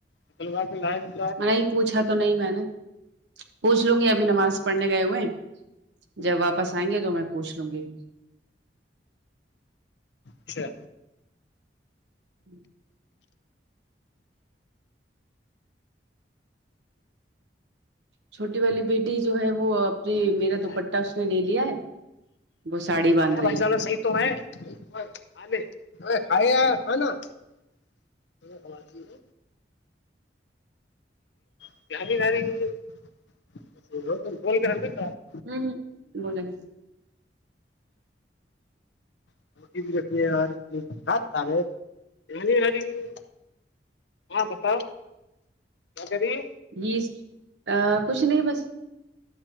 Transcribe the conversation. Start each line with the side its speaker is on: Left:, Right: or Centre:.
Left: نکلوا کے لایا
Right: نہیں پوچھا تو نہیں میں نے پوچھ لوں گی ابھی نماز پڑھنے گئے ہوئے جب واپس آئیں گے تو میں پوچھ لوں گی
Left: اچھا
Right: <inaudible> چھوٹی والی بیٹی جو ہے وہ اپنی میرا
Left: کریلا
Right: دوپٹہ
Left: ہے
Right: اس نے لے لیا ہے وہ ساڑی
Left: <unintelligible>
Right: باندھ رہی ہے
Left: <inaudible> <unintelligible>
Right: ہمم ہمم بولین
Left: <unintelligible> ہاں بتاؤ کیا کہ رہی ہے
Right: جی کچھ نہیں بس